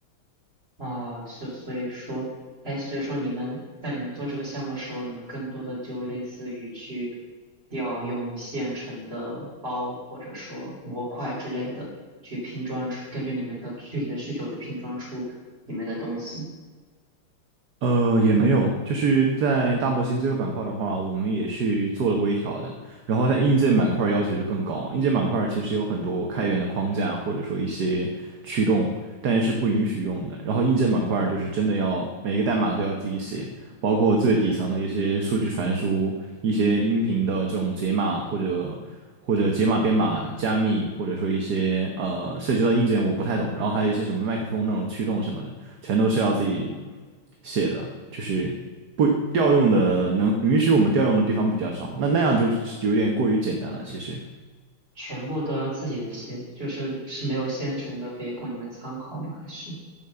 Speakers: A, on the right; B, on the right.
A: 啊，就所以说，哎，所以说你们在你们做这个项目的时候，你们更多的就类似于去调用现成的包或者说模块之类的，去拼装出，根据你们的具体的需求去拼装出你们的东西，
B: 呃，也没有，就是在大模型这个板块的话，我们也是做了微调的。然后在硬件板块要求就更高，硬件板块其实有很多开源的框架或者说一些驱动，但是不允许用的。然后硬件板块就是真的要每个代码都要自己写。包括最底层的一些数据传输、一些音频的这种解码或者或者解码编码、加密，或者说一些呃涉及到硬件我不太懂，然后还有一些什么麦克风那种驱动什么的，全都是要自己写的，就是不调用的能允许我们调用的地方比较少，那那样就有点过于简单了，其实。
A: 全部都要自己的写，就是是没有现成的可以供你们参考吗？还是？